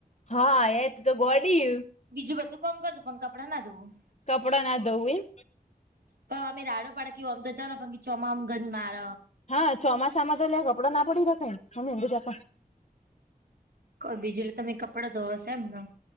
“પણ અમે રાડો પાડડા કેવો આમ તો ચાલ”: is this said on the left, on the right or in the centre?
Right